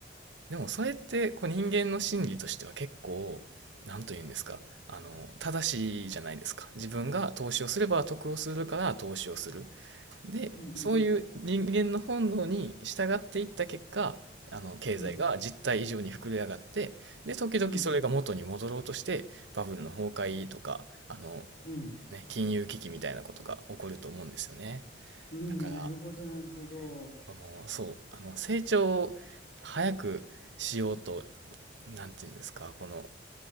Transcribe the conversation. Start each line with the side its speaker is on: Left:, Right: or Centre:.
Right: でもそれってこう人間の心理としては結構何と言うんですかあの正しいじゃないですか自分が投資をすれば得をするから投資をするでそういう人間の本能に従っていった結果あの経済が実態以上に膨れ上がってで時々それが元に戻ろうとしてバブルの崩壊とかあの、
Left: うんうんうんうんうん
Right: ね、金融危機みたいなことが起こると思うんですよね
Left: うん。
Right: だから
Left: なるほどなるほど。
Right: まあの、そう、あの、成長を早くしようと、なんていうんですか、この、